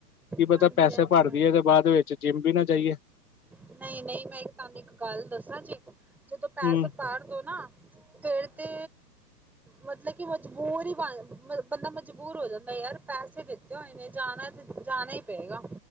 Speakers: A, on the left; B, in the centre.
A: ਕੀ ਪਤਾ,
B: ਹਾਂਜੀ
A: ਪੈਸੇ
B: ਹਾਂਜੀ
A: ਭਰ ਦੇਈਏ ਤੇ ਬਾਅਦ ਵਿੱਚ ਜਿੰਮ ਵੀ ਨਾ ਜਾਈਏ।
B: ਨਹੀਂ-ਨਹੀਂ, ਮੈਂ ਤੁਹਾਨੂੰ ਇੱਕ ਗੱਲ ਦੱਸਾਂ ਜੀ। ਜਦੋਂ
A: ਹੂੰ
B: ਪੈਸੇ ਪਰ ਦੋ ਨਾ, ਫੇਰ ਤੇ
A: <inaudible>
B: ਮਤਲਬ ਕਿ ਮਜਬੂਰ ਹੀ ਬਣ ਬੰਦਾ ਮਜਬੂਰ ਹੋ ਜਾਂਦਾ ਯਾਰ, ਪੈਸੇ ਦਿੱਤੇ ਹੋਏ ਨੇ, ਜਾਨਾ ਤੇ ਜਾਨਾ ਹੀ। ਪਏਗਾ,